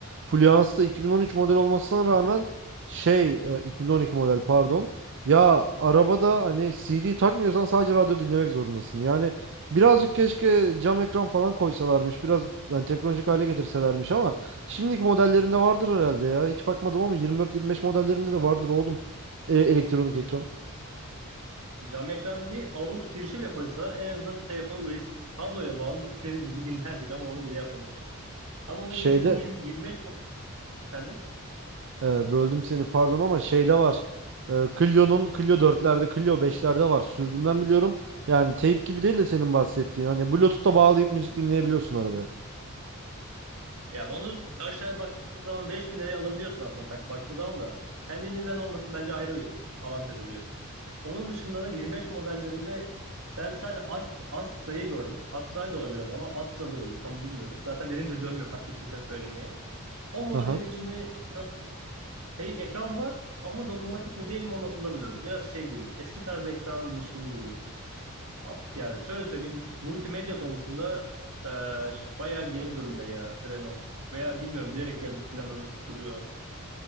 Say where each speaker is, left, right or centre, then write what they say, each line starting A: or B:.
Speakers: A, on the right; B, on the right.
A: Fluence da 2013 model olmasına rağmen şey e, 2012 model pardon. Ya arabada hani CD takmıyorsan sadece radyo dinlemek zorundasın. Yani birazcık keşke cam ekran falan koysalarmış. Biraz yani teknolojik hale getirselermiş ama şimdiki modellerinde vardır herhalde ya. Hiç bakmadım ama 24-25 modellerinde de vardır oğlum. E, elektronik ekran.
B: Cam ekran değil AUX girişi bile koysalar en azından telefonu USB kabloyla bağlı istediğiniz bizi dinlerdik ama onu bile yapmamışlar. Ama ona
A: Şeyde
B: geçtim 20, 25 model efendim.
A: e, böldüm seni pardon ama şeyde var. E, Clio'nun Clio 4'lerde Clio 5'lerde var. Sürdüğümden biliyorum. Yani teyp gibi değil de senin bahsettiğin. Hani Bluetooth'ta bağlayıp müzik dinleyebiliyorsun arabaya.
B: Ya onu aşağıya baktığın zaman 5000 liraya alabiliyorsun aslında tak baktığın zaman da. Kendiliğinden olması bence ayrı bir avantaj oluyor. Onun dışında da 25 modellerinde ben sadece Ast Astra'yı gördüm. Astral de olabilir ama Astra da olabilir. Tam bilmiyorum. Zaten dilim de dönmüyor fark ettiysen söylemeye. O modelin
A: Aha.
B: içinde nasıl hey, ekran var ama dokunmatik mi değil mi onu hatırlamıyorum. Biraz şey gibi eski tarz bir ekranmış gibi duruyor. A- Yani şöyle söyleyeyim, multimedya konusunda e, ş- bayağı geri durumda ya Renault. Veya bilmiyorum bilerek geri plana duruyorlar.